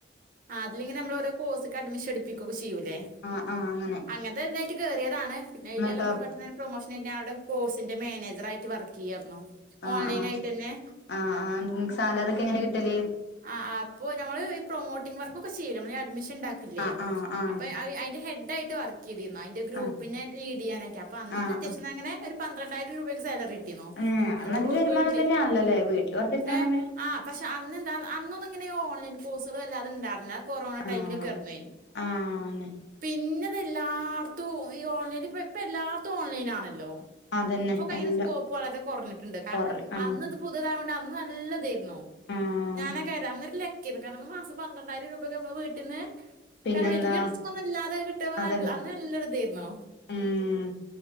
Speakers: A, on the right; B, on the left.
A: ആ അതിലെങ്കി നമ്മള ഓരോ കോഴ്സക്ക് അഡ്മിഷൻ എടുപ്പിക്കുകൊക്കെ ചെയ്യൂല്ലേ?
B: ആഹ് ആഹ് അങ്ങനെ
A: അങ്ങനത്തെ ഇതിനായിട്ട് കയറിയതാണ് പിന്നെ അതിലല്ല
B: എന്നിട്ടോ
A: പെട്ട പ്രൊമോഷനായി് ഞാനവിടെ കോഴസിന്റെ മാനേജർ ആയിട്ട് വർക്ക് ചെയ്യായിരുന്നു.
B: ആഹ്
A: ഓൺലൈൻ ആയിട്ട് തന്നെ
B: ആഹ് ആ സാലറി ഒക്കെ എങ്ങനെ കിട്ടല്.
A: ആഹ് അഹ് അപ്പോ നമ്മൾ പ്രൊമോട്ടിംഗ് വർക്ക ഒക്കെ ചെയ്യില്ല നമ്മള് അഡ്മിഷനിണ്ടാക്കി- ക്കില്ലേ
B: ആഹ് ആഹ് ആഹ്
A: അപ്പൊ അതിന്റെ ഹെഡ് ആയിട്ട് വർക്ക് ചെയ്തിനു അയ് ന്റെ ഗ്രൂപ്പിനെ
B: ആഹ്
A: ലീ്ഡ് ചെയ്യാനൊക്കെ അപ്പൊ അന്നൊക്കെ
B: ആഹ്
A: അത്യാശ്യം
B: ആഹ്
A: അങ്ങനെ പന്ത്രണ്ടായിരം രൂപക്കെ സാലറി ട്ടിനു
B: ഏഹ്
A: നമ്മള
B: അത് നല്ലൊരു വരുമാനം
A: വീട്ടില്
B: തന്നെയാണല്ലോല്ലേ വീട്ടിൽ വെറുതിരിക്കണ
A: ഏഹ്
B: സമയം
A: ആഹ് പക്ഷെ അന്ന് എന്താ അന്ന ഇങ്ങനെ ഓൺലൈൻ കോഴ്സുകൾല്ലാതെണ്ടാർന്ന്ല്ലേ കൊറോണ ടൈമിലൊകെ
B: ആഹ്
A: ഇർന്നേ
B: ആഹ്
A: പിന്നെതെല്ലാർത്തും ഈ ഓൺലൈൻ ഇപ്പ ഇപ്പ എല്ലാർത്തും ഓൺലൈൻാണല്ലോ?
B: അതന്നെ
A: ഇപ്പൊ ക്കയിന്
B: എല്ലാം
A: സ്കോപ്പ് വളരെെ കുറഞ്ഞിട്ടുണ്ട് ക
B: കൊറ ആഹ്
A: അന്നത് പുതുയതായ കൊണ്ട് അന്ന് നല്ലതായിരുന്നൂ.
B: ആഹ്
A: ഞാനാ കാര്യം അന്നരല്ലേ ക്കിന് കാരണം മാസം പന്ത്രണ്ടായിരം രൂപൊക്കെ നമ്മള് വീട്ടിന്ന്
B: പിന്നെന്താ
A: കാരണം വലിയ റിസ്ക്ന്നും ഇല്ലാതെ കിട്ടല്ല
B: അതന്നെ
A: അന്ന് നല്ലൊരു ഇതായിരുന്നോ
B: ഉം